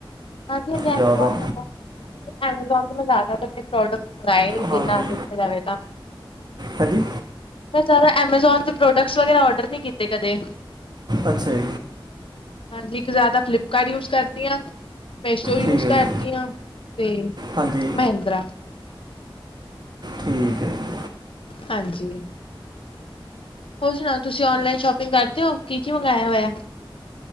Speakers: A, on the left; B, on the right.
A: ਹਾਂਜੀ, ਅਜ ਐਮਜ਼ੋਨ
B: ਜ਼ਿਆਦਾ
A: ਹੈਗਾ ਐਮਜ਼ੋਨ ਤੋਂ ਮੈਂ ਜ਼ਿਆਦਾਤਰ ਪ੍ਰਰੋਡਕਟ ਮੰਗਏ।
B: ਹਾਂਜੀ
A: ਰਵੇ ਤਾਂ,
B: ਹਾਂਜੀ,
A: ਮੈਂ ਜਿਆਦਾ ਐਮਾਜ਼ੋਨ ਤੇ ਪ੍ਰੋਡਕਟਸ ਵਗੈਰਾ ਔਡਰ ਨੀ ਕੀਤੇ ਕਦੇ,
B: ਅੱਛਾ ਜੀ,
A: ਹਾਂਜੀ, ਇੱਕ ਜ਼ਿਆਦਾ ਫਲਿੱਪਕਾਰਟ ਯੂਜ ਕਰਦੀ ਹਾਂ। ਮੈਸ਼ੋ ਯੂਜ
B: ਠੀਕ ਹੈ
A: ਕਰਦੀ
B: ਜੀ
A: ਹਾਂ ਅਤੇ
B: ਹਾਂਜੀ
A: ਮਿੰਤਰਾ।
B: ਠੀਕ ਏ ਜੀ।
A: ਹਾਂਜੀ। ਹੋਰ ਸੁਣਾਓ? ਤੁਸੀਂ ਔਨਲਾਈਨ ਸ਼ੋਪਿੰਗ ਕਰਦੇ ਹੋ ਕੀ ਕੀ ਮੰਗਾਇਆ ਹੋਇਆ।